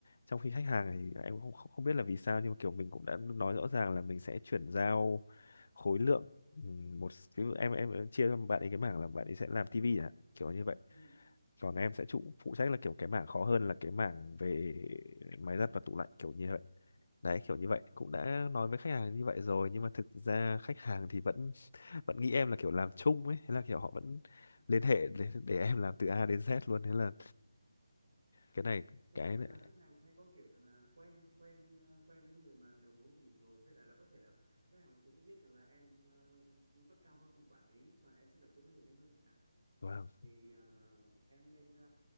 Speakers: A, on the left (about 55°); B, on the right (about 70°).
A: trong khi khách hàng thì em không không không biết là vì sao nhưng mà kiểu mình cũng đã nói rõ ràng là mình sẽ chuyển giao khối lượng ừm, một ví dụ em em em chia cho bạn ấy cái mảng là bạn ấy sẽ làm tivi à kiểu như vậy
B: ừ
A: còn em sẽ trụ phụ trách là kiểu cái mảng khó hơn là cái mảng về máy giặt và tủ lạnh kiểu như vậy đấy
B: ừ
A: kiểu như vậy cũng đã nói với khách hàng như vậy rồi nhưng mà thực ra khách hàng thì vẫn <laughs> vẫn nghĩ em là kiểu làm chung ấy thế là kiểu họ vẫn
B: ừ.
A: liên hệ để, để em làm từ A đến Z luôn thế là cái này
B: thực
A: cái
B: ra thì
A: này
B: là khách hàng hay có kiểu rằng là quen quen ờ, quen cái người mà đầu mối của mình rồi với lại là có thể là khách hàng cũng biết rằng là em ờ, cấp cao hơn của quản lý và em sẽ giải quyết vấn đề nhanh hơn chẳng hạn
A: vâng
B: thì ờ, em nên ờ,